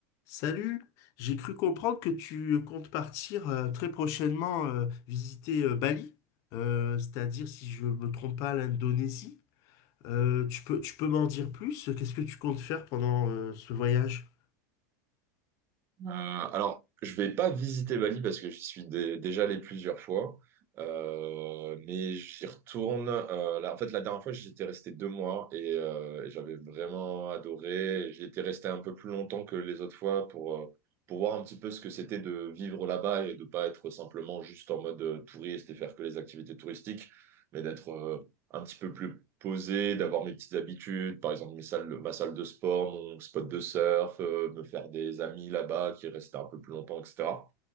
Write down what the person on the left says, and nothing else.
Salut, j'ai cru comprendre que tu comptes partir euh, très prochainement euh, visiter euh, Bali, euh, c'est-à-dire si je me trompe pas l'Indonésie. Euh, tu peux, tu peux m'en dire plus? Qu'est-ce que tu comptes faire pendant euh, ce voyage?